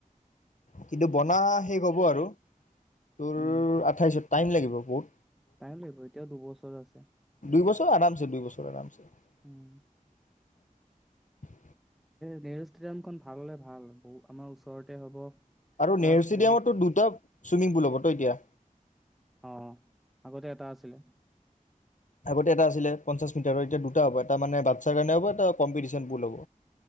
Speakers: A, on the left; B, in the centre.
A: কিন্তু বনা শেষ হ'ব আৰু তোৰ
B: উম
A: আঠাইছত টাইম লাগিব। বহুত
B: টাইম লাগিব। এতিয়াও দুবছৰ আছে।
A: দুই বছৰ আৰামচে। দুই বছৰ আৰামচে।
B: উম নেহেৰু ষ্টেডিয়ামখন ভাল হ'লে ভাল। বহু আমাৰ ওচৰতে হ'ব।
A: আৰু
B: প্লাছ
A: নেহেৰু ষ্টেডিয়ামতটো
B: বহুত
A: দুটা চুইমিং পুল হ'ব ত' এতিয়া।
B: অ, আগতে এটা আছিলে।
A: আগতে এটা আছিলে। পঞ্চাশ মিটাৰৰ এতিয়া দুট দুটা হ'ব। এটা মানে বাচ্ছাৰ কাৰণে হ'ব। এটা কম্পিটিচন পুল হ'ব।